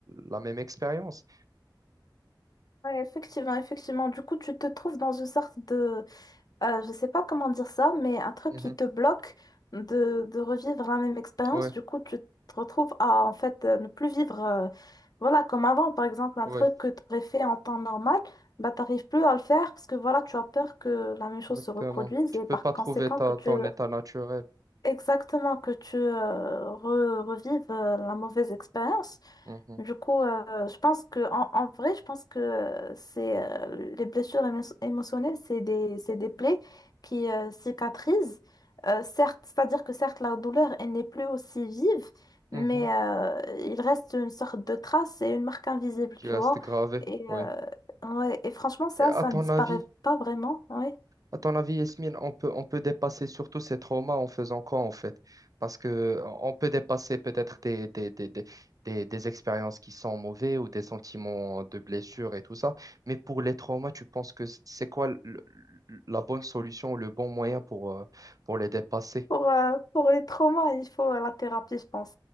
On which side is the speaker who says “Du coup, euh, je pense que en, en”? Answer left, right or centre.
Left